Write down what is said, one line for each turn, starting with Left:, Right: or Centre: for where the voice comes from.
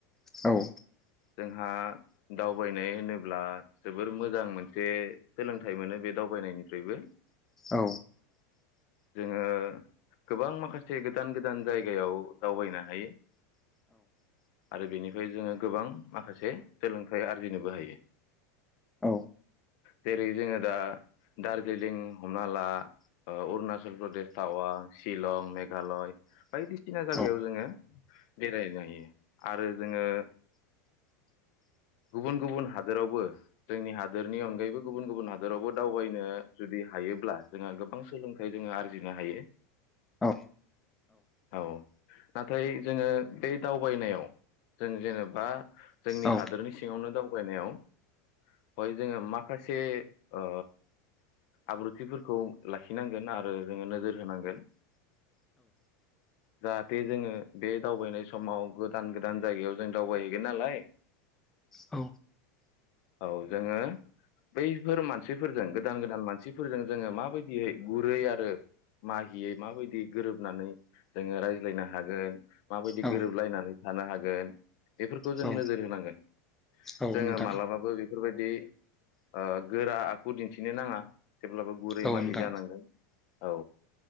Centre: औ
Left: जोंहा दावबायनाय होनोब्ला जोबोर मोजां मोनसे सोलोंथाइ मोनो बे दावबायनायनिफ्रायबो।
Centre: औ
Left: जोङो गोबां माखासे गोदान गोदान जायगायाव दावबायनो हायो आरो बेनिफ्राय जोङो गोबां माखासे सोलोंथाइ आरजिनोबो हायो।
Centre: औ
Left: जेरै जोङो दा दार्जिलिं हमना ला ओ अरुणाचल प्रदेश, टावां, शिलं, मेघालय बायदिसिना जागायाव
Centre: औ
Left: जोङो बेरायनो हायो। आरो जोङो गुबुन गुबुन हादोरावबो जोंनि हादोरनि अनगायैबो गुबुन गुबुन हादोरावबो दावबायनो जुदि हायोब्ला जोंहा गोबां सोलोंथाइ जोङो आरजिनो हायो।
Centre: औ
Left: औ नाथाय जोङो बे दावबायनायाव जों जेनेबा जोंनि
Centre: औ
Left: हादोरनि सिङावनो दावबायनायाव हय जोङो माखासे ओ आब्रुथिफोरखौ लाखिनांगोन आरो जोङो नोजोर होनांगोन। जाहाथे जोङो बे दावबायनाय समाव गोदान गोदान जायगायाव जों दावबाय गिन नालाय
Centre: औ
Left: औ जोङो बैफोर मानसिफोरजों गोदान गोदान मानसिफोरजों जोङो माबायदियै गुरै आरो माहियै मा बायदि गोरोबनानै जोङो रायज्लायनो हागोन माबायदि
Centre: औ
Left: गोरोबलायनानै थानो हागोन बेफोरखौ जों
Centre: औ
Left: नोजोर होनांगो। न
Centre: औ
Left: जोङो
Centre: नोंथां
Left: मालाबाबो बेफोरबायदि ओ गोरा आखु दिन्थिनो नाङा। जेब्लाबो गुरै
Centre: औ
Left: माहि
Centre: नोंथां
Left: जानांगोन औ